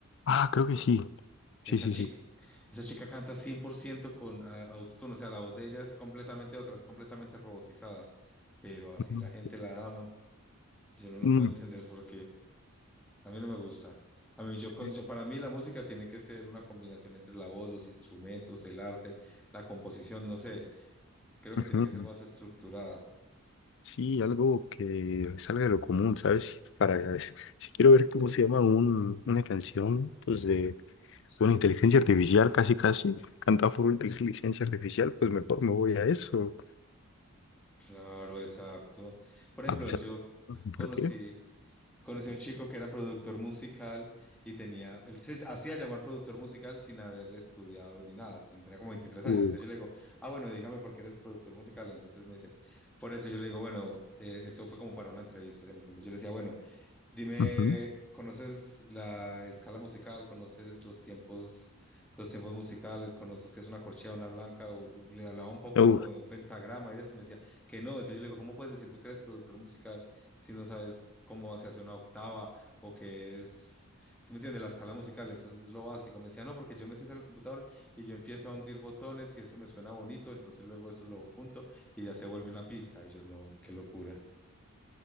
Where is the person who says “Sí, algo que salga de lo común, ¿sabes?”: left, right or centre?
Left